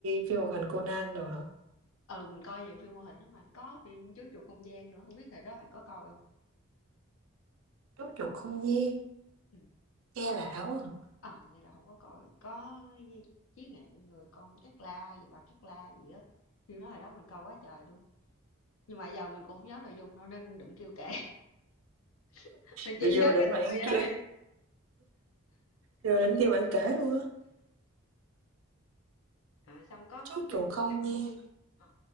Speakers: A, on the right; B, on the left.
A: phim hoạt hình Conan rồi hả?
B: ừ mình coi nhiều phim hoạt hình lắm mà có phim Chú Chuột Không Gian nữa không biết hồi đó bạn có coi không
A: Chú chuột không gian,
B: ừ.
A: nghe lạ quá. à.
B: à vậy là không có coi có Chí Ngạn người con Cát La gì bà Cát La gì á phim đó hồi đó mình coi quá trời luôn nhưng mà giờ mình cũng không nhớ nội dung đâu nên đừng kêu kể <laughs> mình chỉ
A: Rồi Vô
B: nhớ
A: định
B: cái
A: bạn
B: tựa vậy
A: kêu,
B: thôi
A: vô định kêu bạn kể luôn á.
B: à, xong có
A: Chú
B: phim
A: chuột
B: Pokemon
A: không gian.
B: à,